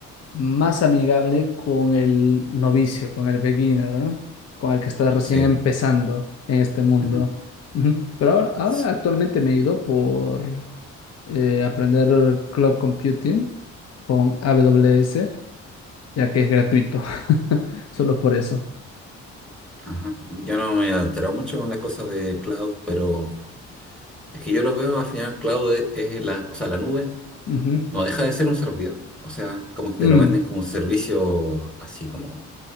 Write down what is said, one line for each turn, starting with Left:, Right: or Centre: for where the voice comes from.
Left: más amigable con el novicio, con el beginner, ¿no? Con el que está recién
Centre: Sí.
Left: empezando en este mundo.
Centre: ujú.
Left: Ujú. Pero ahora, ahora
Centre: S-
Left: actualmente me he ido por eh, aprender cloud computing con AWS, ya que es gratuito, <laughs> solo por eso.
Centre: Ajá. Yo no me he enterado mucho en las cosas de cloud, pero es que yo lo veo al final, cloud es, es la, o sea, la nube
Left: Ujú.
Centre: no deja de ser un servidor. O sea, como que te
Left: Mm,
Centre: lo venden como un servicio así como